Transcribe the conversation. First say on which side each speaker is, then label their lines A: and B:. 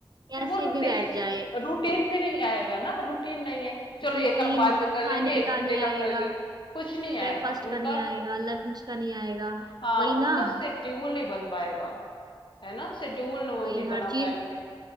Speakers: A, on the right (about 45°); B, on the left (about 60°).
A: कैसे
B: फिर वो रूटीन
A: भी बैठ जाए
B: रूटीन भी नहीं आएगा ना रूटीन नहीं है चलो
A: रूटीन
B: ये काम बाद में कर
A: खाने
B: लेंगे एक
A: का
B: घंटे
A: नहीं
B: का
A: आएगा
B: कर लिए कुछ नहीं
A: ब्रेकफास्ट
B: आएगा उनका
A: का नहीं आएगा लंच का नहीं आएगा
B: हाँ
A: वही ना
B: उनका शेड्यूल नहीं बन पाएगा है ना शेड्यूल वो
A: वही
B: नहीं
A: हर
B: बना
A: चीज
B: पाएंगे